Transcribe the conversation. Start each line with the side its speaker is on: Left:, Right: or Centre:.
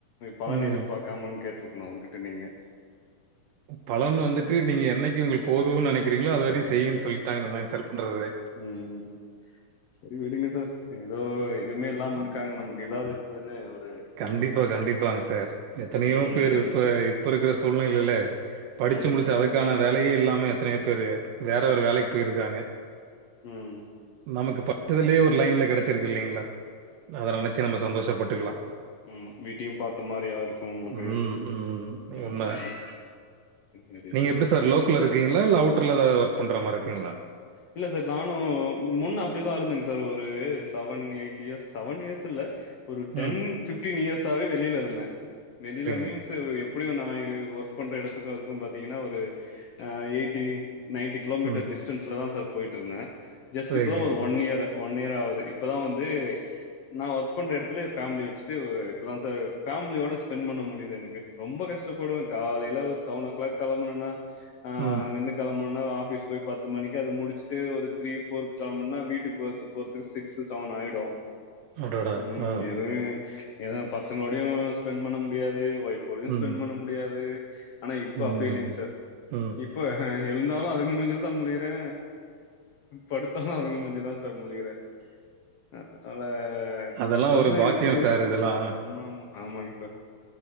Left: பலனு
Right: ம்.
Left: எதிர்பார்க்காமனு கேட்டிருக்கணு அவர்கிட்ட நீங்க
Right: பலன் வந்துட்டு நீங்க என்னைக்கு உங்கள்க்கு போதுனு நெனைக்கிறீங்களோ அது வரையு
Left: அஞ்சு
Right: செய்யுன்னு
Left: நிமிஷ
Right: சொல்லிட்டாங்கனா என்னாங் சார் பண்றது
Left: ம் சரி விடுங்க சார் ஏதோ எதுமே இல்லாம இருக்காங்க நமக்கு இதாவது இருக்குதுன்னு ஒரு
Right: கண்டிப்பா
Left: சந்தோஷப்படலாம்
Right: கண்டிப்பாங்க
Left: விடுங்க
Right: சார் எத்தனையோ
Left: ம்
Right: பேர் இப்ப இப்ப இருக்கிற சூழ்நிலையில படிச்சு
Left: ம்
Right: முடிச்சு அதுக்கான வேலையே இல்லாம எத்தனையோ பேரு வேற ஒரு வேலைக்கு போயிருக்காங்க
Left: ம் ம்
Right: நமக்கு ப படுச்சதுலயே ஒரு லைன்ல கிடைச்சிருக்கு இல்லைங்களா அதை நினைச்சு நம்ம சந்தோஷப்பட்டுக்கலா
Left: ம் வீட்டையு பார்த்த மாதிரியா இருக்கு உங்களுக்கு
Right: ம், ம்.
Left: ம்
Right: உண்ம.
Left: சரி
Right: நீங்க
Left: சரி
Right: எப்படி சார்
Left: சரி
Right: லோக்கல்ல இருக்கீங்களா இல்ல அவுட்டர்ல ஒர்க் பண்ற மாதிரி இருக்கீங்களா
Left: இல்ல சார் நானு முன்ன அப்படிதா இருந்தங் சார் ஒரு seven eight years seven years இல்ல ஒரு டென்
Right: ம்.
Left: ஃபிப்டீன் இயர்ஸ் ஆவது வெளியில இருந்தே வெளியில
Right: சரிங்க.
Left: மீன்ஸ் எப்படியு நா ஒர்க் பண்ற இடத்துக்கு அதுக்கு பா்த்தீங்கன்னா ஒரு எயிட்டி நைன்டி கிலோமீட்டர்
Right: ம்.
Left: டிஸ்டன்ஸ்ல தா சார் போயிட்டு இருந்தே ஜஸ்ட்டு
Right: சரிங்க.
Left: இப்பதா ஒரு ஒன் இயரு ஒன் இயர் ஆவுது இப்பதா வந்து நா ஒர்க் பண்ற எடத்துலயே எ ஃபேம்லி வச்சுட்டு இப்பதா சார் ஃபேம்லியோட ஸ்பென்ட் பண்ண முடிது எனக்கு ரொம்ப கஷ்டப்படுவே காலைல ஒரு செவன் ஓ கிளாக் கெளம்புனனா ஆ
Right: ம்.
Left: அங்கந்து கெளம்புனோன ஒரு ஆஃபிஸ் போய் பத் து மணிக்கு அத முடிச்சுட்டு ஒரு த்ரீ ஃபோருக்கு கெளம்பன்னா வீட்டுக் பஸ்ஸு போறதுக்கு சிக்ஸ் டூ செவனாயிடு
Right: அடடா!
Left: ம்
Right: ஆ.
Left: எது எது பசங்களோடயு ஸ்பென்ட் பண்ண முடியாது ஒய்ஃப்ஃபோடயு
Right: ம்.
Left: ஸ்பென்ட் பண்ண முடியாது ஆனா இப்ப
Right: ம்.
Left: அப்டி இல்லைங் சார்
Right: ம்.
Left: இப் ப எழுந்தாலு அதுங்க மூஞ்சுல தா முழிக்றே படுத்தாலு அதுங்க மூஞ்ச தா சார் முழிறே அதனால
Right: அதெல்லாம்
Left: நல்லது
Right: ஒரு பாக்கியம்
Left: இருக்குது
Right: சார் இதெல்லாம்.
Left: ஆமாமா ஆமாங் சார்